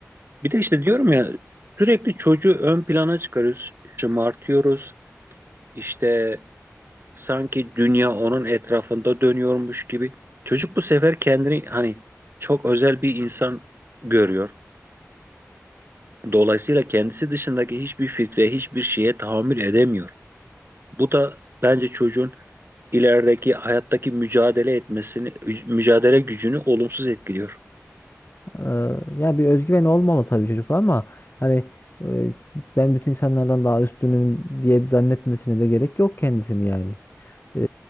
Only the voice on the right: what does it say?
Bir de işte diyorum ya sürekli çocuğu ön plana çıkarıyoruz. Şımartıyoruz. işte. Sanki dünya onun etrafında dönüyormuş gibi. Çocuk bu sefer kendini hani çok özel bir insan görüyor. Dolayısıyla kendisi dışındaki hiçbir fikre, hiçbir şeye tahammül edemiyor. Bu da bence çocuğun ilerideki hayattaki mücadele etmesini, mücadele gücünü olumsuz etkiliyor.